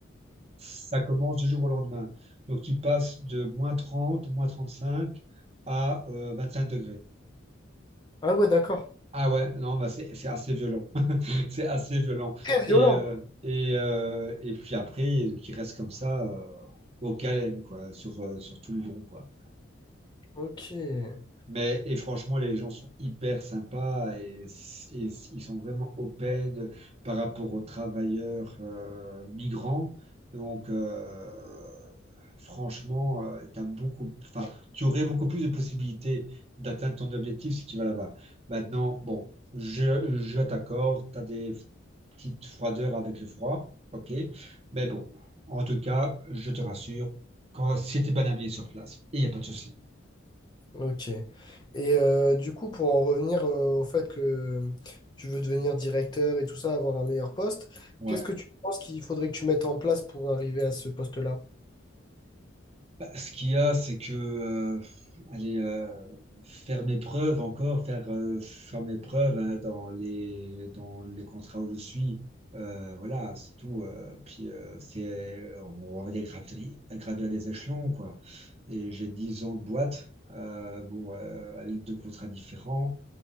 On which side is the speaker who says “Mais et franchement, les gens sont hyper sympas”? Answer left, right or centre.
Right